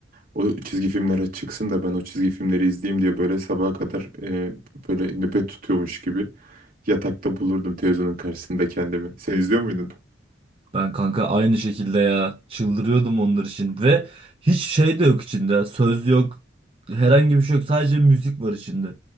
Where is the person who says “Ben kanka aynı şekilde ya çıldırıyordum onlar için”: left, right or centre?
Right